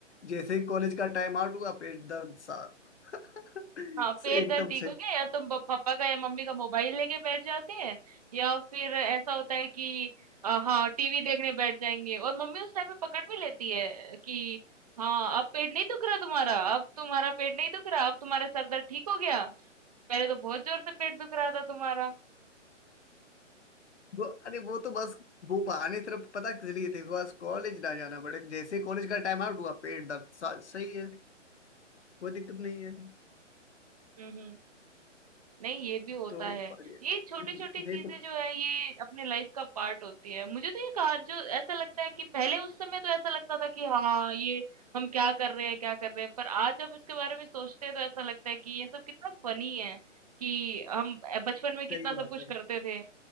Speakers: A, on the left; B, on the right.
A: जैसे ही कॉलेज का टाइम आउट हुआ पेट दर्द साहब <laughs>
B: हाँ,
A: सो
B: पेट
A: एकदम
B: दर्द ठीक
A: सही
B: हो गया या तुम तो प पापा का या मम्मी का मोबाइल लेके बैठ जाते हैं या फिर ऐसा होता है कि अ, हाँ, टीवी देखने बैठ जाएँगे और मम्मी उस टाइम पे पकड़ भी लेती है कि हाँ, अब पेट नहीं दुख रहा तुम्हारा, अब तुम्हारा पेट नहीं दुख रहा, अब तुम्हारा सर दर्द ठीक हो गया। पहले तो बहुत ज़ोर से पेट दुख रहा था तुम्हारा।
A: वो अरे वो तो बस वो बहाने सिर्फ पता किस लिए थे बस कॉलेज ना जाना पड़े जैसे ही कॉलेज का टाइम आउट हुआ पेट दर्द सा- सही है कोई दिक्कत नहीं है
B: हुँ, हुँ। नहीं ये भी होता
A: तो
B: है
A: बढ़िया
B: ये छोटी
A: नहीं
B: छोटी चीजें
A: तो
B: जो है ये अपने लाइफ का पार्ट होती है मुझे तो ये कहा जो ऐसा लगता है कि पहले उस समय तो ऐसा लगता था कि हाँ ये हम क्या कर रहे हैं क्या कर रहे हैं पर आज जब इसके बारे में सोचते हैं तो ऐसा लगता है कि ये सब कितना फनी है कि हम बचपन
A: सही
B: में कितना
A: बात
B: सब कुछ
A: है
B: करते थे